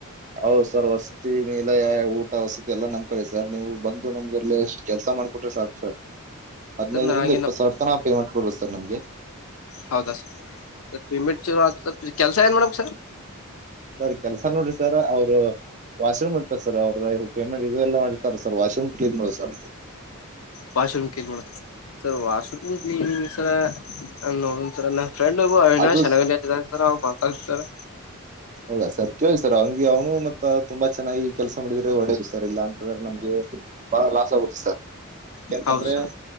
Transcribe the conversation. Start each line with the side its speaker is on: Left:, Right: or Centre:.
Right: ಹೌದು ಸರ್ <unintelligible> <unintelligible> ಊಟ ವಸತಿ ಎಲ್ಲಾ ನಮ್ ಕಡೆ ಸರ್ ನೀವು ಬಂದು ನಮ್ಗೆಲ್ಲ ಎಷ್ಟು ಕೆಲಸ ಮಾಡ್ಕೊಟ್ರೆ ಸಾಕು ಸರ್. ಹದಿನೈದರಿಂದ
Left: ಸರ್ ನಾ ಹಾಗೆ
Right: ಇಪ್ಪತ್
Left: ನಾ
Right: ಸಾವಿರ ತನಾ ಪೇಮಂಟ್ ಕೊಡೋದು ಸರ್ ನಮ್ಗೆ.
Left: ಹೌದಾ ಸ ಸರ್ ಪೇಮೆಂಟ್ ಚಲೋ <unintelligible> ಕೆಲ್ಸ ಏನ್ ಮಾಡಬೇಕ್ ಸರ್.
Right: ಸರಿ ಕೆಲ್ಸ ನೋಡ್ರಿ ಸರ್ ಅವರು ವಾಶ್ರೂಮ್ ಇರತ ಸರ್ ಅವ್ರ ಪೇಮೆಂಟ್ ಇದು ಎಲ್ಲ ಮಾಡರ್ತಾರೆ ಸರ್ ವಾಶ್ರೂಮ್ ಕ್ಲೀನ್ ಮಾಡುದು sir.
Left: Washroom <unintelligible> ಮಾಡೋಡ sir washroom clean sir ನೋಡುನು ಸರ್ ನನ್ ಫ್ರೆಂಡ್ಬ್ ಅವಿನಾಶ್
Right: ಅದು
Left: ಹಣಗಂಡಿ ಅತ್ ಅದಾನ್ರಿ ಸರ್ ಅವ ಬರ್ತಾನ್ರಿ ಸರ್.
Right: ಹೌದಾ ಸರ್ ಕೇಳಿ ಸರ್ ಅವ್ನಿಗೆ ಅವನು ಮತ್ತ ತುಂಬಾ ಚೆನ್ನಾಗಿ ಕೆಲಸ ಮಾಡಿದ್ರೆ ಒಳ್ಳೇದು ಸರ್ ಇಲ್ಲ ಅಂತಂದ್ರೆ ನಮ್ಗೆ ಬಾಳ ಲಾಸ್ ಆಗುತ್ತೆ ಸರ್. ಯಾಕೆಂತಂದ್ರೆ
Left: ಹೌದ್ ಸರ್